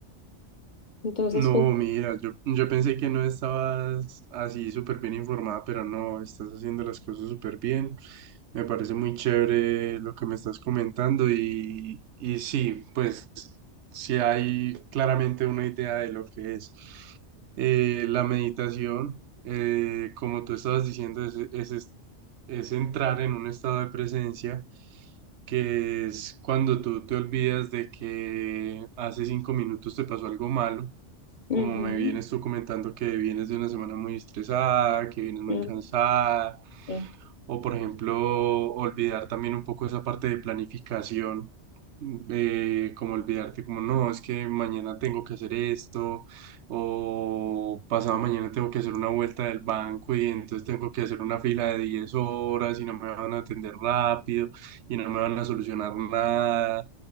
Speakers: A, on the left; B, on the right.
A: Entonces
B: No,
A: tú,
B: mira, yo, yo pensé que no estabas así súper bien informada, pero no, estás haciendo las cosas súper bien. Me parece muy chévere lo que me estás comentando y, y sí, pues sí hay claramente una idea de lo que es. Eh, la meditación, eh, como tú estabas diciendo, es, es, es es entrar en un estado de presencia que es cuando tú te olvidas de que hace cinco minutos te pasó algo malo
A: ujú,
B: como me vienes tú comentando que vienes de una semana muy estresada, que vienes muy
A: mm,
B: cansada,
A: eh,
B: o por ejemplo, olvidar también un poco esa parte de planificación, eh, como olvidarte como no, es que mañana tengo que hacer esto, o pasado mañana tengo que hacer una vuelta del banco y entonces tengo que hacer una fila de 10 horas y no me van a atender rápido y no me van a solucionar nada.